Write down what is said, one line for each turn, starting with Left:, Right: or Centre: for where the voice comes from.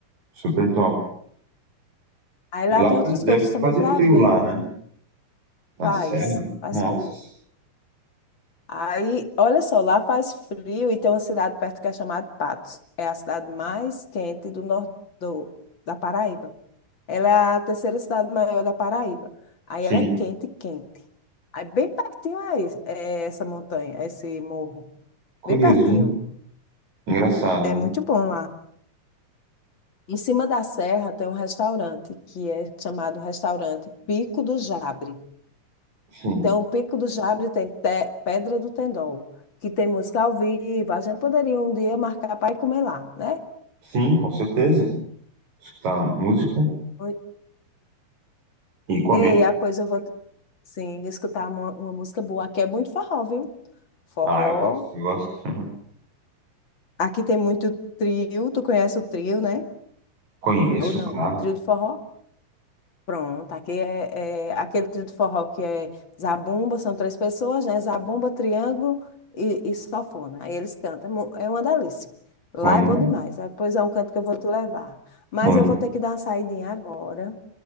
Right: super top.
Left: Aí
Right: E
Left: lá
Right: lá
Left: tem
Right: faz-
Left: outras
Right: deve
Left: coisas também
Right: fazer
Left: para
Right: frio
Left: ver.
Right: lá, né? Na
Left: Faz,
Right: serra?
Left: faz
Right: Nossa,
Left: frio. Aí, olha só, lá faz frio e tem uma cidade perto que é chamada Patos. É a cidade mais quente do nor- do- da Paraíba. Ela é a terceira cidade maior da Paraíba. Aí
Right: sim.
Left: ela é quente, quente. Aí bem pertinho é, isso- é essa montanha, esse morro.
Right: Curioso,
Left: Bem pertinho.
Right: né? Engraçado,
Left: É
Right: né?
Left: muito bom lá. Em cima da serra tem um restaurante que é chamado Restaurante Pico do Jabre.
Right: Sim,
Left: Então, o Pico do Jabre tem Te- Pedra do Tendol, que tem música ao vivo. A gente poderia um dia marcar para ir comer lá, né?
Right: sim, com certeza. Escutar música
Left: Oi.
Right: e comer.
Left: Ei, ah, pois eu vou, sim, escutar uma, uma música boa. Aqui é muito forró, viu? Forró.
Right: Ah, eu gosto, eu gosto. <laughs>
Left: Aqui tem muito trio. Tu conhece o trio, né?
Right: Conheço,
Left: Ou não?
Right: claro.
Left: Trio de forró? Pronto, aqui é, é aquele trio de forró que é zabumba, são três pessoas, né? Zabumba, triângulo e, e sanfona. Aí eles cantam, é mu- é uma delícia. Lá
Right: Bom demais.
Left: é bom demais, né? Pois é um canto que eu vou te levar. Mas
Right: Bom
Left: eu vou ter que dar uma saidinha agora.